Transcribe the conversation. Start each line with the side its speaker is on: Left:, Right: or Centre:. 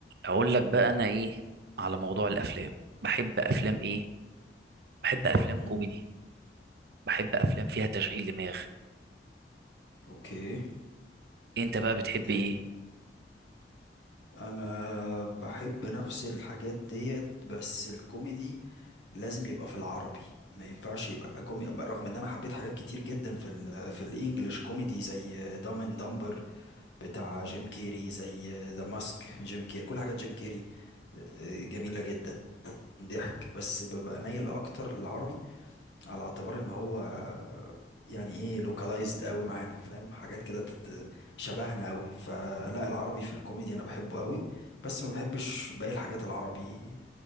Right: اقول لك بقى انا ايه على موضوع الافلام بحب افلام ايه بحب افلام
Left: امم
Right: كوميدي بحب افلام فيها تشغيل دماغ
Left: اوكي
Right: انت بقى بتحب
Left: إيه،
Right: ايه
Left: انا بحب نفس الحاجات ديت بس الكوميدي لازم يبقى في العربي ما ينفعش يبقى كوميدي رغم ان انا حبيت حاجات كتير جدا في ال في الانجليش كوميدي زي دام اند دمبر بتاع جيم كيري زي ذا ماسك جيم كيري كل حاجات جيم كيري آه، جميلة جدا ضحك بس ببقى مايل اكتر للعربي على اعتبار ان هو يعني ايه لوكالايزد قوي معانا فاهم حاجات كده تت- شبهنا قوي فلا العربي في الكوميدي انا بحبه قوي بس ما بحبش باقي الحاجات العربي